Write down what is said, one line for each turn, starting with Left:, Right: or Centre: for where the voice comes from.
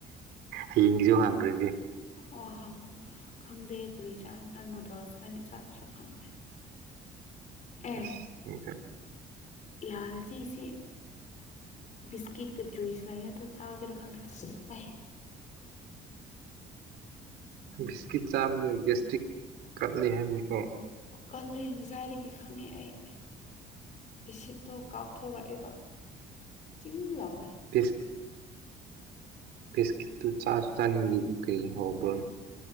Right: ꯍꯌꯦꯡꯒꯤꯖꯨ ꯍꯥꯡꯒ꯭ꯔꯒꯦ
Left: ꯑꯣ ꯍꯪꯉꯣ ꯈꯪꯗꯦ ꯀ꯭ꯔꯤ ꯆꯥꯁꯤꯔꯥ ꯅꯨꯗꯜꯁ ꯑꯣꯏꯅ ꯆꯥꯁꯤꯔꯥ ꯈꯪꯗꯦ ꯑꯦ
Right: ꯑꯥꯁ ꯅꯨꯗꯜ
Left: ꯌꯥꯔꯗꯤ ꯁꯤ ꯕꯤꯁꯀꯤꯠꯀ ꯖꯨꯏꯁ ꯂꯩꯌꯦ ꯑꯗꯨ ꯊꯛꯑꯒꯦꯔꯥ ꯈꯪꯗꯦ ꯑꯩꯆ ꯑꯩ
Right: ꯕꯤꯁꯀꯤꯠ ꯆꯥꯕꯗꯣ ꯒ꯭ꯌꯥꯏꯇ꯭ꯔꯤꯛ ꯀꯜꯂꯤ ꯍꯥꯏꯕꯅꯤꯀꯣ
Left: ꯀꯜꯂꯦ ꯉꯁꯥꯏꯗꯒꯤ ꯈꯪꯉꯦ ꯑꯩ ꯏꯁꯤꯠꯇꯣ ꯀꯥꯞꯊꯣꯔꯛꯑꯦꯕ ꯆꯤꯡ ꯂꯥꯎꯋꯦ
Right: ꯏꯁ ꯄꯤꯁꯀꯤꯠꯇꯨ ꯆꯥꯁꯨ ꯆꯥꯅꯤꯡꯗꯦ ꯀꯩ ꯍꯕ꯭ꯔꯣꯅꯦ